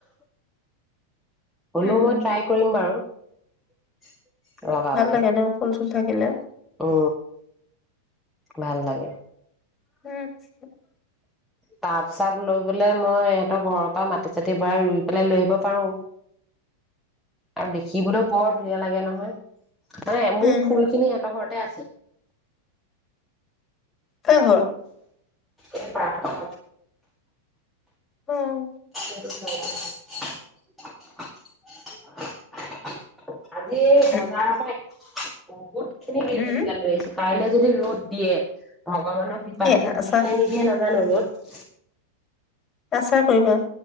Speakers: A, in the centre; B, on the left.
A: হ'লেও
B: উম,
A: মই ট্ৰাই কৰিম বাৰু <inaudible> লগবলে
B: ভাল লাগে ন ফুল চুল থাকিলে
A: উ ভাল লাগে।
B: উম
A: তাপ চাপ লৈ গলে মই ইহঁতৰ ঘৰৰ পৰা মাটি চাতি ভৰাই ৰুই পেলাই লৈ আহিব পাৰো। আৰু দেখিবলৈ বৰ ধুনীয়া লাগে নহয়। মানে মোৰ
B: উম,
A: ফুল খিনি এটা ঘৰ আছে।
B: কাৰ ঘৰ?
A: এই পাকঘৰ
B: উম।
A: <unintelligible> আজি বজাৰ
B: উম,
A: হয় বহুত খিনি জলকীয়া
B: উম,
A: লৈ আহিছো। কাইলৈ যদি ৰ'দ দিয়ে ভগৱানক কিপালীতে
B: কি আচাৰ
A: দিয়ে নে নিদিয়ে নে না নহত
B: আচাৰ কৰিবা?